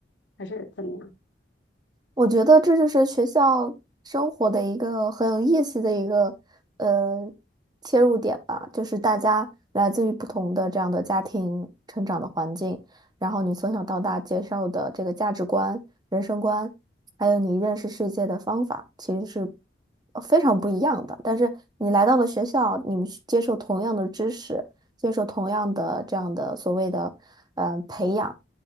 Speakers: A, on the left; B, on the right.
A: 还是怎么样？
B: 我觉得这就是学校生活的一个很有意思的一个呃切入点吧，就是大家来自于不同的这样的家庭成长的环境，然后你从小到大接受的这个价值观、人生观，还有你认识世界的方法，其实是呃非常不一样的。但是你来到了学校，你们是接受同样的知识，接受同样的这样的所谓的呃培养。